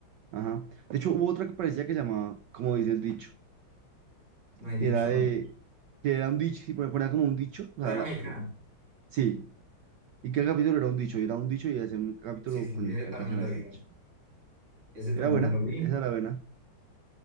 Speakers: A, on the right; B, on the right.
A: ajá. De hecho, hubo otra que parecía que llamaba, como dice el dicho,
B: no he
A: que
B: dicho
A: era de,
B: mal.
A: que era un dicho, y ponía como un dicho, o
B: Pero
A: sea,
B: era
A: la-
B: mexicana.
A: eh, sí, ¿Y qué capítulo era un dicho? Y Era un dicho y hacía un capítulo
B: Sí, sí,
A: con,
B: sí, ese
A: en
B: también
A: relación a
B: me
A: ese
B: lo vi
A: dicho.
B: Ese también
A: Era buena,
B: me lo vi.
A: esa era buena.